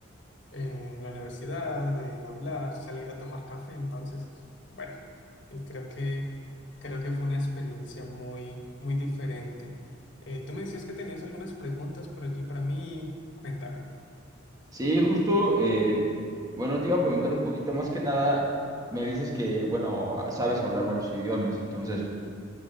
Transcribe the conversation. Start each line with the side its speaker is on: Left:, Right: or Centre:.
Left: eh, en la universidad, de hablar, salir a tomar café. Entonces, bueno, y creo que, creo que fue una experiencia muy, muy diferente. Eh, tú me decías que tenías algunas preguntas por allí para mí. Cuéntame.
Right: Sí, justo, eh, bueno, te iba a preguntar un poquito más que nada, me dices que, bueno, sabes hablar varios idiomas, entonces...